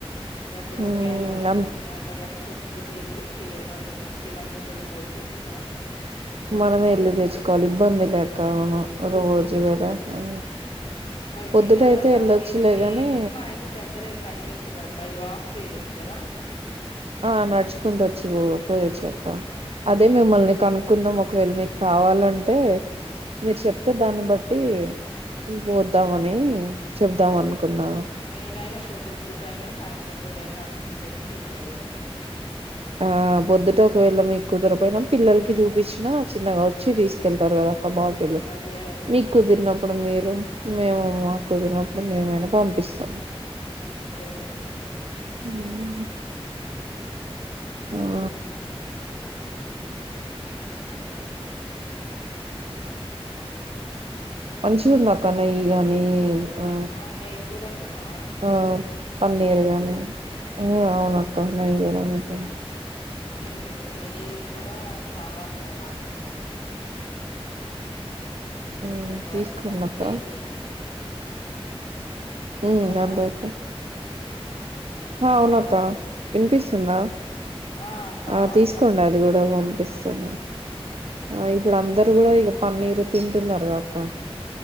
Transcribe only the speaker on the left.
ఎక్కడో
కేంద్రం నుంచి ఉన్నాయంట కాని పొద్దుటే వెళ్ళి కె రెండు మూడు కిలోమీటర్లు పోయి తెచ్చుకోవాలి
ఆ
మరి
మీరు ఎలా రా
మీరు మీ
ఇంటికి మా ఇంటికి దగ్గరే ఫైవ్ మినిట్స్ బై వాక్ చేయొచ్చు కదా
ఆ
ఆ
నేనైనా పొద్దుట పూట అయినా సాయంత్రం పూట అయినా నడుచుకుంట వచ్చి తీసుకెళ్లొచ్చు
అదే అదే
అ అంతేలే
ఏం చేస్తున్నా
అవును నెయ్యి కూడా అమ్ముతున్నావా
ఓ
మంచిది
మంచి పని చేశా నెయ్యి కూడా కావాలరా నాకు ఒక
బాటిల్
అంటే కేజీయా
హలో
అవునా
కావాలి
కదా
ఆ కావాలిగారా